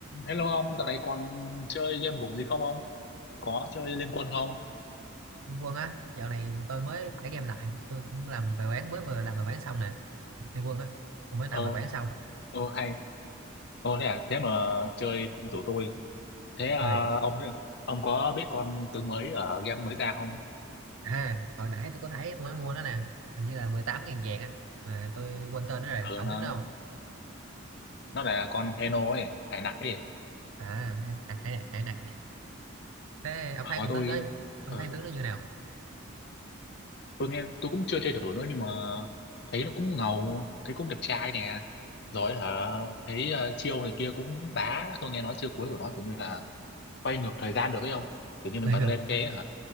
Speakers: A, on the left; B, on the right.
A: Hello ông, dạo này còn chơi game gủng gì không ông? Có chơi Liên Quân không?
B: Liên Quân á, dạo này tôi mới tải
A: Ừ.
B: game lại, tôi cũng làm bài bán mới vừa làm bài bán xong nè, Liên Quân á, tôi mới làm
A: Ờ,
B: bài bán xong.
A: ờ hay. Ờ thế à, thế mà chơi không rủ tôi. Thế à,
B: Rồi,
A: ông ông có biết con tướng mới ở game mới ra không?
B: à, hồi nãy tôi có thấy tôi mới mua nó nè, hình như là mười tám 000 vàng á, mà tôi quên tên nó rồi,
A: Ờ
B: ông
A: nó
B: biết nó không?
A: nó là con Heno ấy, hải nặc ấy.
B: À, hãy nè, hãy nè. Thế ông
A: Ờ,
B: thấy
A: mà
B: con
A: tôi
B: tướng đó, ông
A: ờ,
B: thấy tướng đó như nào?
A: tôi nghe tôi cũng chưa chơi thử nữa nhưng mà thấy nó cũng ngầu, thấy cũng đẹp trai nè. Rồi hả, thấy ờ, chiêu này kia cũng bá, tôi nghe nói chiêu cuối của nó kiểu như là quay ngược thời gian được ấy không kiểu như mình
B: Bây
A: bật
B: giờ,
A: lên cái hả